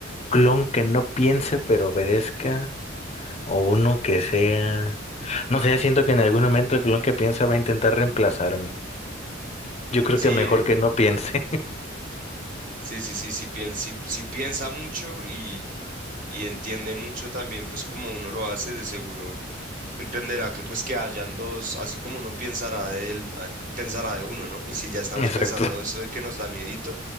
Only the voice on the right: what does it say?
Sí,
Sí, sí, sí, sí, pien- sí- sí piensa mucho y, y entiende mucho también, pues como uno lo hace, de seguro entenderá que pues que hayan dos, así como uno pensará de él, a- él pensará de uno, ¿no? Y si ya estamos
pensando eso de que nos da miedito,